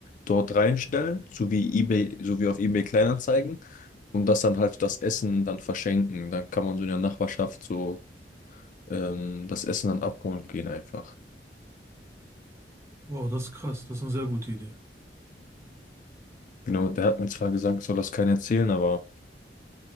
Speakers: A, on the left; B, on the right.
A: dort reinstellen, so wie eBay, so wie auf eBay Kleinanzeigen und das dann halt das Essen dann verschenken. Dann kann man so in der Nachbarschaft so ähm, das Essen dann abholen gehen einfach.
B: Wow, das ist krass, das ist eine sehr gute Idee.
A: Genau, der hat mir zwar gesagt, ich soll das keinen erzählen, aber.